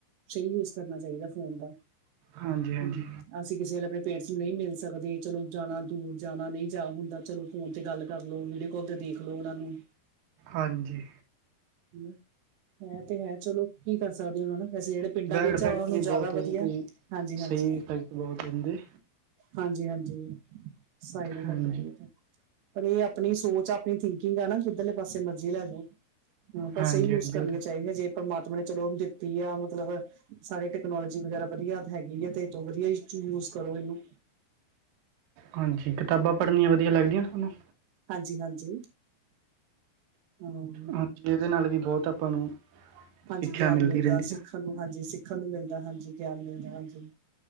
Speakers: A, on the right; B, on the right.
A: ਸਹੀ ਯੂਜ ਕਰਨਾ ਚਾਹੀਦਾ ਫੋਨ ਦਾ ਹਮ
B: ਹਾਂਜੀ ਹਾਂਜੀ
A: ਅਸੀਂ ਕਿਸੇ ਵੇਲੇ ਆਪਣੇ ਪੇਟਸ ਨੂੰ ਨਹੀਂ ਮਿਲ ਸਕਦੇ ਚਲੋ ਜਾਣਾ ਦੂਰ ਜਾਣਾ ਨਹੀਂ ਜਾ ਹੁੰਦਾ ਚਲੋ ਫੋਨ ਤੇ ਗੱਲ ਕਰਲੋ ਵੀਡੀਓ ਕੋਲ ਤੇ ਦੇਖ ਲੋੋ ਉਹਨਾਂ ਨੂੰ
B: ਹਾਂਜੀ।
A: ਹ ਹੈ ਤੇ ਹੈ ਚਲੋ ਕੀ ਕਰ ਸਕਦੇ ਉਹਨਾ ਨੂੰ? ਵੈਸੇ ਜਿਹੜੇ ਪਿੰਡਾਂ
B: ਬੈਡ
A: ਵਿੱਚ
B: ਇਫੈਕਟ
A: ਆ, ਉਹਨਾਂ ਨੂੰ
B: ਵੀ
A: ਜ਼ਿਆਦਾ
B: ਬਹੁਤ
A: ਵਧੀਆ
B: ਹੈ ਜੀ ਕੋਈ
A: ਹਾਂਜੀ-ਹਾਂਜੀ
B: ਸਹੀ ਇਫੈਕਟ ਬਹੁਤ ਇਹਦੇ
A: ਹਾਜੀ-ਹਾਂਜੀ, ਸਾਈਡਈਫੈਕਟ
B: ਹਾਂਜੀ
A: <unintelligible> ਪਰ ਇਹ ਆਪਣੀ ਸੋਚ, ਆਪਣੀ ਥਿੰਕਿੰਗ ਆ ਨਾ, ਜਿੱਧਰਲੇ ਪਾਸੇ ਮਰਜ਼ੀ ਲੈ ਜਾਓ। ਹਾਂ ਬਸ
B: ਹਾਂਜੀ
A: ਇਹੀ ਯੂਜ
B: ਹਾਂਜੀ
A: ਕਰਨੀਆਂ
B: ਉਹ ਤਾਂ
A: ਚਾਹੀਦੀਆਂ ਜੇ ਪਰਮਾਤ ਨੇ ਚਲੋ ਦਿੱਤੀ ਆ ਮਤਲਬ ਸਾਰੇ ਟੈਕਨੋਲੋਜੀ ਵਗੈਰਾ ਵਧੀਆ ਹੈਗੀ ਆ ਤੇੋਂ ਵਧੀਆ ਚੁਜ ਕਰੋ ਇਹਨੂੰ
B: ਹਾਂਜੀ ਕਿਤਾਬਾਂ ਪੜਨੀਆਂ ਵਧੀਆ ਲੱਗਦੀਆਂ ਤੁਹਾਨੂੰ
A: ਹਾਂਜੀ, ਹਾਂਜੀ ਹਾਂ
B: ਹਾਂਜੀ ਇਹਦੇ ਨਾਲ ਵੀ ਬਹੁਤ ਆਪਾਂ ਨੂੰ
A: ਹਾਂਜੀ
B: ਸਿੱਖਿਆ
A: ਗਿਆਨ
B: ਮਿਲਦੀ
A: ਮਿਲਦਾ
B: ਰਹਿੰਦੀ ਹੈ
A: ਸਿੱਖਣ ਨੂੰ ਹਾਂਜੀ ਸਿੱਖਣ ਨੂੰ ਮਿਲਦਾ ਹਾਂਜੀ ਗਿਆਨ ਮਿਲਦਾ ਹਾਂਜੀ।